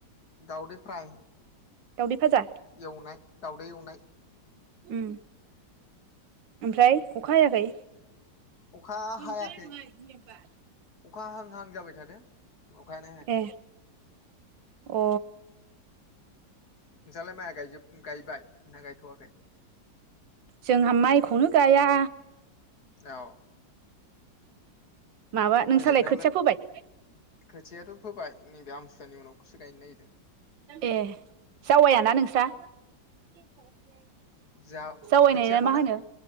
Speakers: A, on the left; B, on the right.
A: दावदै फ्राय
B: दावदै फाजा
A: एवनाय दावदै एवनाय
B: उम ओमफ्राय अखा हायाखै?
A: अखा
B: <unintelligible>
A: हायाखै अखा हां हां जाबाय थादों अखायानो हायाखै
B: ए अ
A: नोंजालाय माया गाजोब गायबाय ना गायथवाखै।
B: जोंहा माइखौनो गाया
A: औ
B: माबा नोंसालाय
A: बेलेगनावलाय
B: खोथिया फोबाय
A: खोथियाथ फोबाय नैबे आमसुवानि उनावसो गायनो नागिरदों
B: ए जावेया ना नोंस्रा? <inaudible>
A: जा
B: जावैनाय
A: खोथियाखौ
B: ना मा होनो